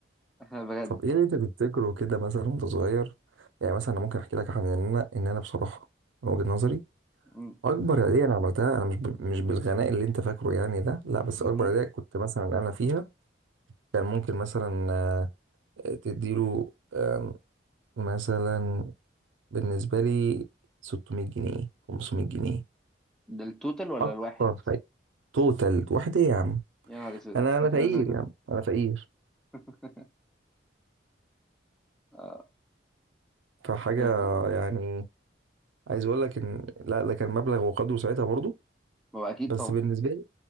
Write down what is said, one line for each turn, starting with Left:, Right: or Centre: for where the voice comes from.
Centre: <laughs> احنا بجد
Right: طب ايه اللي انت تفتكره كده مثلا وانت صغير يعني مثلا انا ممكن احكي لك عن ان انا ان انا بصراحه من وجهه نظري
Centre: م-
Right: اكبر هديه انا عملتها انا مش ب- مش بالغناء اللي انت فاكره يعني ده لا بس
Centre: مهم.
Right: اكبر هديه كنت مثلا انا فيها كان ممكن مثلا آه، تديله آم، مثلا بالنسبه لي 600 جنيه 500 جنيه
Centre: ده التوتال ولا
Right: اكتر
Centre: الواحد
Right: فايده توتال واحده يا عم
Centre: يا نهار اسود
Right: انا انا
Centre: <laughs>
Right: فقير يا عم انا فقير
Centre: <laughs> آه،
Right: فحاجه
Centre: بس
Right: يعني عايز اقول لك ان لا ده كان مبلغ وقدره ساعتها برضو
Centre: ما هو اكيد
Right: بس
Centre: طبعا
Right: بالنسبه لي